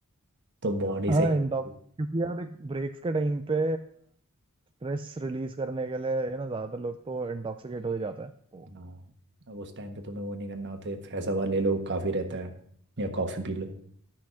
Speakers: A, on the right; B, on the right.
A: तो बॉडी
B: हाँ
A: सही रहेगी।
B: इंटॉक्स क्योंकि यार देख ब्रेक्स के टाइम पे स्ट्रेस रिलीज करने के लिए यू ना ज्यादातर लोग तो इंटॉक्सिकेट हो ही जाता है तो
A: हाँ अब उस टाइम पे तुम्हें वो नहीं करना होता है फ्रेश हवा ले लो काफ़ी रहता है या कॉफ़ी पी लो